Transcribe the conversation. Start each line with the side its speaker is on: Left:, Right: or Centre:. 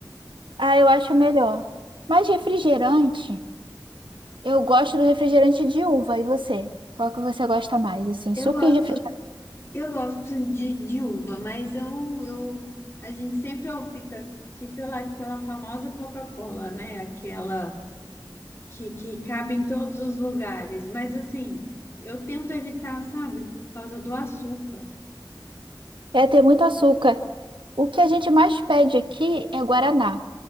Right: Ah, eu acho melhor. Mas refrigerante, eu gosto do refrigerante de uva. E você? Qual que você gosta mais? Assim,
Left: Eu
Right: suco
Left: gosto,
Right: e refrigerante.
Left: eu gosto de, de uva, mas eu, eu, a gente sempre opta aqui pela, pela famosa Coca-Cola, né? Aquela. que, que cabe em todos os lugares. Mas assim, eu tento evitar, sabe, por causa do açúcar.
Right: É ter muito açúcar. O que a gente mais pede aqui é guaraná.